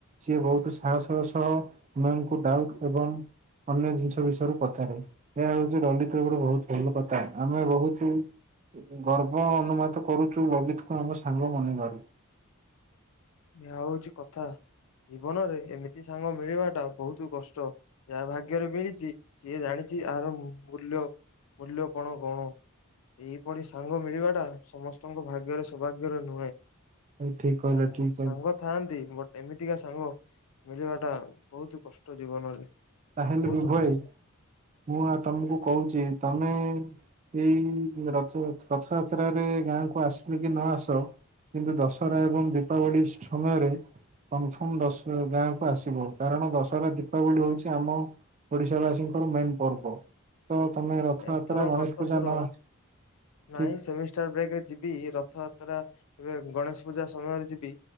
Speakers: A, on the right; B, on the left.
A: ସିଏ ବହୁତ ସାହସ ର ସହ ମ୍ୟାସଙ୍କୁ ଡାଉଟ୍ ଏବଂ ଅନ୍ୟ ଜିନିଷ ବିଷୟରେ ପଚାରେ। ଏହା ହଉଛି ଲଳିତ୍ ର ଗୋଟେ ବହୁତ ଭଲ କଥା ଆମେ ବହୁତ। ଗର୍ବ ଅନୁମାତ କରୁଚୁ ଲଲିତ୍ କୁ ଆମ ସାଙ୍ଗ ମନେ କରି।
B: ଏହା ହଉଛି କଥା ଜୀବନରେ ଏମିତି ସାଙ୍ଗ ମିଳିବା ଟା ବହୁତ କଷ୍ଟ। ଯା ଭାଗ୍ୟରେ ମିଳିଛି ସିଏ ଜାଣିଛି ଏହାର ମୂଲ୍ୟ ମୂଲ୍ୟ କଣ କଣ। ଏହିପରି ସାଙ୍ଗ ମିଳିବା ଟା ସମସ୍ତଙ୍କ ଭାଗ୍ୟରେ ସୌଭାଗ୍ୟରେ ନୁହେଁ।
A: ତମେ ଠିକ୍ କହିଲ
B: ସାଙ୍ଗ
A: ଠିକ୍।
B: ସାଙ୍ଗ ଥାଆନ୍ତି ବଟ ଏମିତିକା ସାଙ୍ଗ ମିଳିବା ଟା ବହୁତ କଷ୍ଟ ଜୀବନରେ।
A: ତାହେଲେ
B: ବହୁତ
A: ବୁବୁ ଭାଇ
B: ଖୁସି
A: ମୁଁ ଆ ତମକୁ କହୁଛି ତମେ ଏଇ ରଥ ରଥଯାତ୍ରରେ ଗାଁକୁ ଆସିବେ କି ନ ଆସ। କିନ୍ତୁ ଦଶହରା ଏବଂ ଦୀପାବଳି ସମୟରେ। କନଫର୍ମ ଦଶ ଗାଁକୁୁ ଆସିବ କାରଣ ଦଶହରା ଦୀପାବଳି ହଉଚି। ଆମ ଓଡିଶା ବାସୀଙ୍କର ମେନ୍ ପର୍ବ। ତ ତମେ ରଥଯାତ୍ରା
B: ଏଥର
A: ଗଣେଶ
B: ଗତ
A: ପୂଜା
B: ଥର
A: ନ ଆ
B: ନାଇଁ ସେମିଷ୍ଟାର ବ୍ରେକ୍ ରେ ଯିବି ରଥଯାତ୍ରା ଏବେ ଗଣେଶ ପୂଜା ସମୟରେ ଯିବି।